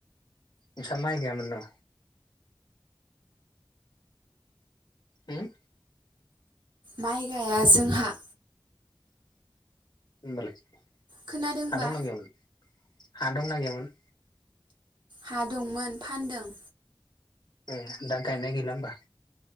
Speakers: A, on the left (about 60°); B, on the right (about 70°).
A: नोंसा माइ गायामोन न'? होम?
B: माइ गाया जोंहा।
A: होनबालाय
B: खोनादोंबा
A: हा दंना गैयामोन हा दंना गैयामोन?
B: हा दंमोन फानदों।
A: ए दा गायनाय गैला होमबा?